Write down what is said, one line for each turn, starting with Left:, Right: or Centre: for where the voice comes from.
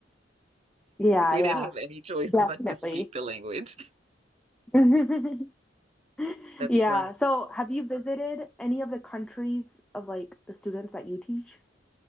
Centre: Yeah,
Right: Like we
Centre: yeah.
Right: didn't have any choice
Centre: Definitely.
Right: but to speak the language.
Centre: <laughs> <laughs>
Right: <laughs> That's
Centre: Yeah.
Right: funny.
Centre: So have you visited any of the countries of like the students that you teach?